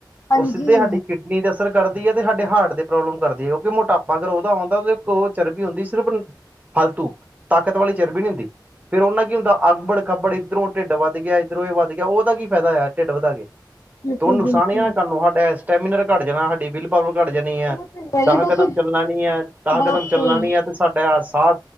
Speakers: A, on the left; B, on the right.
A: ਹਾਂਜੀ
B: ਉਹ ਸਿੱਧੇ ਸਾਡੀ ਕਿਡ ਨੀ ਤੇ ਅਸਰ ਕਰਦੀ ਏ, ਤੇ ਸਾਡੇ ਹਾਰਟ ਦੇ ਪ੍ਰੋਬਲਮ ਕਰਦੀ ਏ, ਕਿਉਂਕਿ ਮੋਟਾਪਾ ਅਗਰ ਉਹਦਾ ਆਉਂਦਾ ਉਹ ਚਰਬੀ ਹੁੰਦੀ ਸਿਰਫ ਫਾਲਤੂ ਤਾਕਤ ਵਾਲੀ ਚਰਬੀ ਨਹੀਂ ਹੁੰਦੀ। ਫੇਰ ਉਹ ਨਾਲ ਕੀ ਹੁੰਦਾ ਅਗਬੜ ਖੱਬੜ ਇੱਧਰੋਂ ਢਿੱਡ ਵੱਧ ਗਿਆ ਇੱਧਰੋਂ ਇਹ ਵੱਧ ਗਿਆ ਉਹਦਾ ਕੀ ਫਾਇਦਾ ਹੋਇਆ ਢਿੱਡ ਵਧਾ ਕੇ।
A: ਬਿਲਕੁਲ
B: ਤੂੰ ਨੁਕਸਾਨ
A: ਬਿਲਕੁਲ
B: ਹੀ ਨਾ ਸਾਨੂੰ ਸਾਡਾ ਸਟੈਮੀਨਰ ਘੱਟ ਜਾਣਾ ਸਾਡੀ ਬਿਲਕੁ ਪਾਵਰ ਘੱਟ ਜਾਣੀ ਏ
A: ਉਹ ਤੇ ਹੈ
B: ਦਾਹ
A: ਹੀ
B: ਕਦਮ
A: ਬਸ
B: ਚੱਲਣਾ ਨੀ ਏ, ਦਾਹ
A: ਬਸ
B: ਕਦਮ ਚੱਲਣਾ ਨੀ ਏ ਤੇ ਸਾਡਾ ਸਾਹ